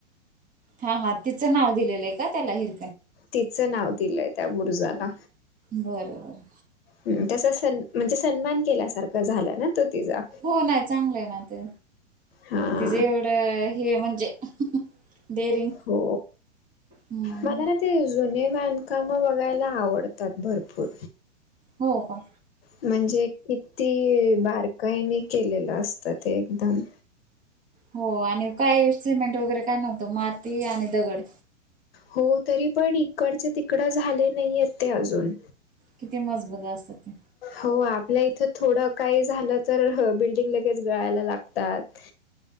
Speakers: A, on the right; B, on the left.
A: हा हा तिचं नाव दिलेलं आहे का त्याला हिर
B: तिचं नाव दिलंय त्या बुरुजाला
A: बरं बरं
B: ह तसा सन म्हणजे सन्मान केल्यासारखा झाला ना तो तिचा
A: हो ना आहे चांगलं आहे ना ते
B: हा
A: जे एवढं हे म्हणजे डेअरिंग
B: हो
A: हम्म
B: मला ना मला जुने बांधकाम बघायला आवडतात भरपूर
A: हो का
B: म्हणजे किती बारकाईनी केलेलं असतं ते एकदम
A: हो आणि काय सिमेंट वगैरे काय नव्हतं माती आणि दगड
B: हो तरी पण इकडचं ति कड झाले नाहीयेत ते अजून
A: किती मजबूत असतात ते
B: हो आत हो इथं थोडं काय झालं तर ह बिल्डिंग मग लगेच गळायला लागतात